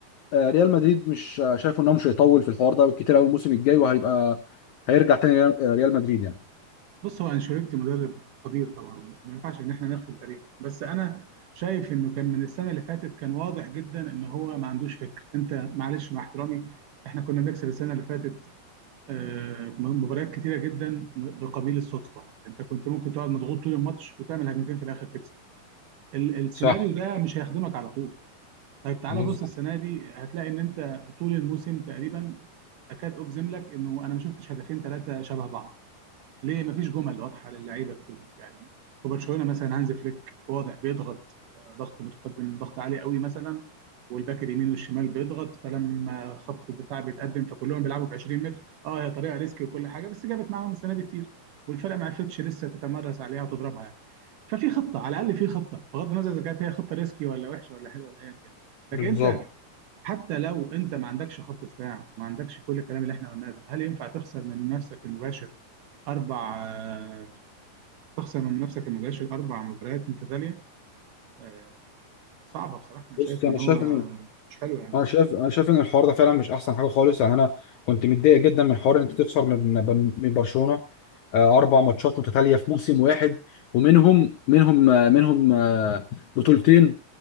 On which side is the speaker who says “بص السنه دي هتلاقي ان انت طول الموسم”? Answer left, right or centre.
Right